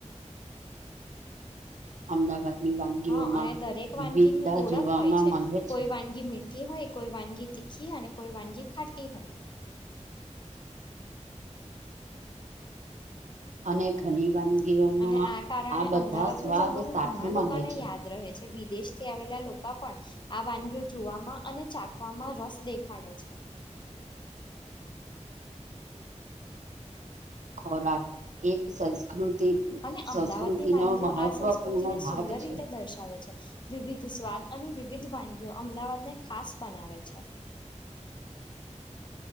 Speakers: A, on the right (about 75°); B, on the left (about 40°).
A: અમદાવાદની વાનગીઓમાં
B: હા, અને દરેક વાનગી
A: વિવિધતા
B: ની ઓળખ
A: જોવામાં
B: હોય છે,
A: મળે
B: કોઈ
A: છે
B: વાનગી મી ઠી હોય, કોઈ વાનગી તીખી અને કોઈ વાનગી ખાટી હોય.
A: અને ઘણી વાનગીઓમાં
B: <unintelligible> અને આ કારણે,
A: બધા
B: અમદાવાદનુ
A: સ્વાદ
B: જમવાનુ
A: સાથે
B: ઘણા લોકોને
A: મળે છે
B: યાદ રહે છે. કે વિદેશથી આવેલા લોકો, પણ આ વાનગીઓ જોવામાં અને ચાખવામાં રસ દેખાડે છે.
A: ખોરાક, એક સંસ્કૃતિ
B: અને અમદાવાદની
A: સંસ્કૃતિનો
B: વાનગીઓ
A: મહત્વપૂર્ણ
B: આ સસ્કૃતિને
A: ભાગ
B: સુંદર
A: છે
B: રીતે દર્શાવે છે. વિવિધ સ્વાદ અને વિવિધ વાનગીઓ, અમદાવાદ ને ખાસ બનાવે છે.